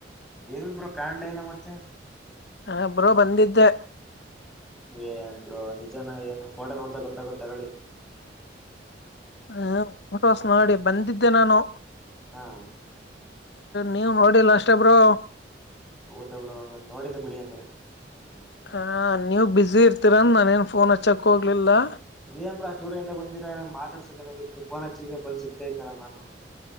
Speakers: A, in the centre; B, on the left.
A: ಎನ್ ಬ್ರೋ ಕಾಣಲೇ ಇಲ್ಲಾ ಮತ್ತೆ
B: ಆ ಬ್ರೋ ಬಂದಿದ್ದೆ
A: ಏನ್ ಬ್ರೋ ನಿಜಾನಾ ಏನು ಫೋಟೋ ನೋಡುದ್ರೆ ಗೊತ್ತಾಗುತ್ತೆ ತೊಗೊಳ್ಳಿ
B: ಹ ಫೋಟೋಸ್ ನೋಡಿ ಬಂದಿದ್ದೆ ನಾನು
A: ಹುಂ
B: ನೀವು ನೋಡಿಲ್ಲ ಅಷ್ಟೇ ಬ್ರೋ
A: ಹೋದ್ ನೋಡಿಲ್ಲಾ ಬಿಡಿ ಅಂಗಾರೆ
B: ಹಾ ನೀವು ಬಿಜಿ ಇರ್ತೀರಂದ ನಾನೇನ್ ಫೋನ್ ಹಚ್ಚಕ್ ಹೋಗ್ಲಿಲ್ಲಾ.
A: ಏನ್ ಬ್ರೋ ಅಷ್ಟ ದೂರದಿಂದ ಬಂದಿದರಾ ಮಾತಾಡ್ಸಕ್ನಾಗಿತ್ತು ಫೋನ್ ಹಚ್ಚಿದ್ರೆ ಬಂದ ಸಿಕ್ತಾ ಇದೇ ನಾನು